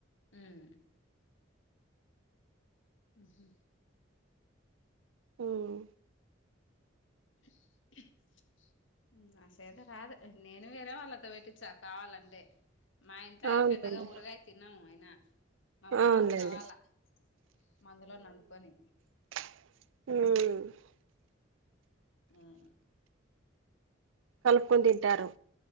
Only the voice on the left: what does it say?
మ్మ్ ఆహ
హుమ్ హుమ్ నాకు సేత కాదు నేను వేరే వాళ్ళతో పెట్టించా కావాలంటే మా ఇంట్లో
పెద్దగా ఊరగాయ తినము అయినా మా మావకి
కావాలా మందులో నందుకొని ఇ
ఆమ్